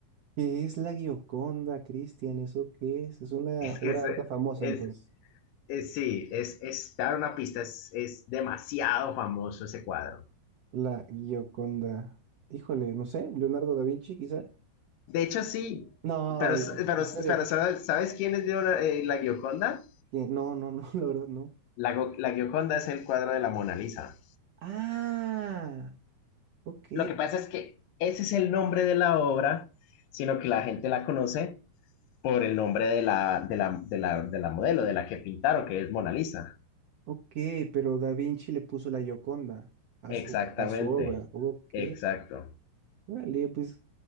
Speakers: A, on the right; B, on the left.
A: ¿Qué es la Gioconda, Cristian? ¿Eso qué es? Es una
B: Es
A: obra
B: que es,
A: de arte famosa,
B: es,
A: entonces.
B: es- sí, es, es dar una pista, es, es demasiado famoso ese cuadro.
A: La Gioconda. Híjole, no sé, Leonardo da Vinci, quizá.
B: De hecho, sí,
A: No,
B: pero,
A: en
B: pero,
A: serio.
B: pero ¿sabes sabes quiénes dieron la, eh, la Gioconda?
A: ¿Quién? No, no, no, <laughs> la verdad no.
B: La, la Gioconda es el cuadro de la Mona Lisa.
A: Ah, ok,
B: Lo que pasa es que ese es el nombre de la obra, sino que la gente la conoce por el nombre de la, de la, de la, de la modelo, de la que pintaron, que es Mona Lisa.
A: ok, pero Da Vinci le puso la Gioconda a
B: Exactamente,
A: su, a su obra. Ok,
B: exacto.
A: órale, pues